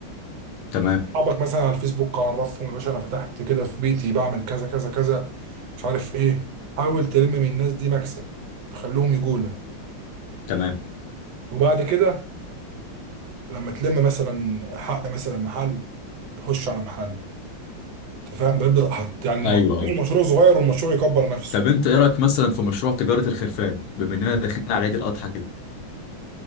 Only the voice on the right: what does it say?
اصحابك مثلا على الفيسبوك عرفهم يا باشا انا فتحت كده في بيتي بعمل كذا كذا كذا مش عارف ايه حاول تلم من الناس دي مكسب تخليهم يجولة
وبعد كده لما تلم مثلا حق مثلا محل تخش على محل انت فاهم بيبدا حط يعني الم-
المشروع
صغير والمشروع يكبر نفسه